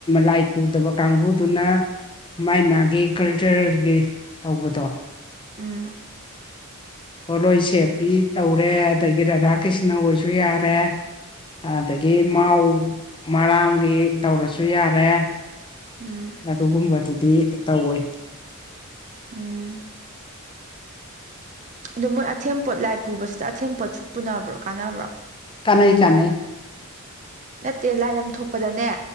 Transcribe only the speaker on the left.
ꯂꯥꯏ ꯄꯨꯗꯕ ꯀꯥꯡꯕꯨꯗꯨꯅ ꯃꯥꯥꯏ ꯃꯥꯒꯤ ꯀꯜꯆꯔꯦꯜꯒꯤ ꯇꯧꯕꯗꯣ
ꯄꯣꯠꯂꯣꯏ ꯁꯦꯠꯄꯤ ꯇꯧꯔꯦ ꯑꯗꯒꯤ ꯔꯥꯙꯥ ꯀ꯭ꯔꯤꯁꯅ ꯑꯣꯏꯁꯨ ꯌꯥꯔꯦ ꯑꯗꯒꯤ ꯃꯥꯎ ꯃꯔꯥꯝꯒꯤ ꯇꯧꯔꯁꯨ ꯌꯥꯔꯦ
ꯑꯗꯨꯒꯨꯝꯕꯗꯨꯗꯤ ꯇꯧꯋꯦ
ꯀꯅꯥꯩ ꯀꯅꯥꯩ